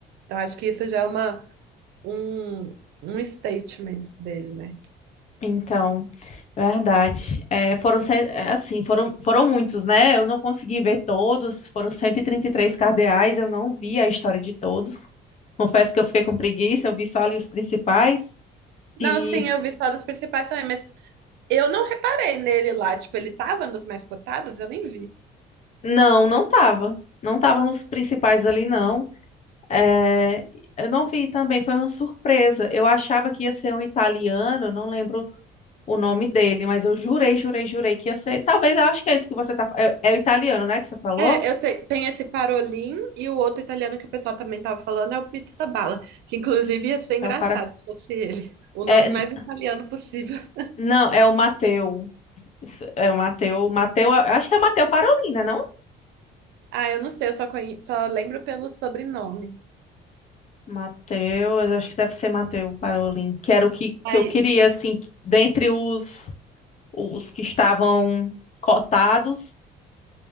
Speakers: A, on the right; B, on the left.
A: Então acho que isso já é uma, um, um statement dele, né?
B: então, verdade. É, foram, cen- é, assim, foram, foram muitos, né? Eu não consegui ver todos, foram cento e e trinta e três cardeais, eu não vi a história de todos. Confesso que eu fiquei com preguiça, eu vi só ali os principais.
A: Não,
B: E
A: sim, eu vi só dos principais também, mas Eu não reparei nele lá, tipo, ele tava nos mais cotados, eu nem vi.
B: não, não tava. Não tava nos principais ali, não. É, eu não vi também, foi uma surpresa. Eu achava que ia ser um italiano, eu não lembro o nome dele, mas eu jurei, jurei, jurei que ia ser ele. Talvez, eu acho que é esse que você tá. É, é o italiano, né, que você falou?
A: É, eu sei, tem esse Parolin e o outro italiano que o pessoal também tava falando é o Pizza Bala, que inclusive ia ser engraçado
B: É o para...
A: se fosse ele. O nome
B: é, n-
A: mais italiano possível. <laughs>
B: não, é o Mateu. É o Mateu. Mateu, eu acho que é o Mateu Parolina, não?
A: Ah, eu não sei, eu só, conhe... só lembro pelo sobrenome.
B: Mateu, eu acho que deve ser Mateu Parolin, que era o que,
A: Aí,
B: que eu queria, assim, que- dentre os, os que estavam cotados.